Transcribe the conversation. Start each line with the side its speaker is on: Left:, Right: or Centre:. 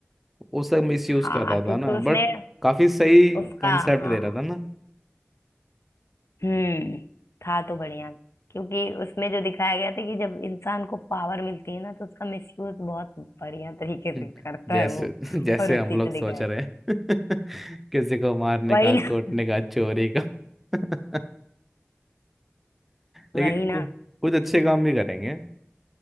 Centre: उसका मिस यूज
Left: हाँ
Centre: कर रहा था
Left: क्योंकि
Centre: ना
Left: उसने
Centre: बट काफी सही
Left: उसका
Centre: कंसेप्ट
Left: हाँ
Centre: दे रहा था ना
Left: हम्म था तो बढ़िया क्योंकि उसमें जो दिखाया गया था कि जब इंसान को पावर मिलती है ना तो उसका मिसयूज बहुत बढ़िया तरीके
Centre: हम्म,
Left: से करता
Centre: जैसे
Left: है वो
Centre: <laughs> जैसे
Left: और
Centre: हम
Left: उसी
Centre: लोग
Left: का दिखाया
Centre: सोच रहे
Left: था
Centre: हैं <laughs> किसी को मारने
Left: वही
Centre: का
Left: ना
Centre: कूटने का चोरी का <laughs> लेकिन
Left: वही ना
Centre: कु- कुछ अच्छे काम भी करेंगे